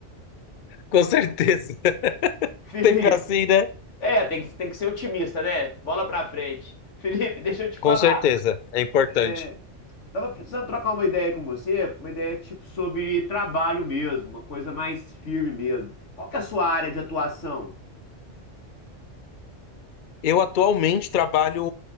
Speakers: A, on the left (about 55°); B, on the left (about 75°).
A: Com certeza.
B: Felipe,
A: Sempre assim, né?
B: é, tem que, tem que ser otimista, né? Bola pra frente. Felipe, deixa eu te falar.
A: Com certeza, é importante.
B: É, tava precisando trocar uma ideia com você, uma ideia tipo sobre trabalho mesmo, uma coisa mais firme mesmo. Qual que é a sua área de atuação?
A: Eu atualmente trabalho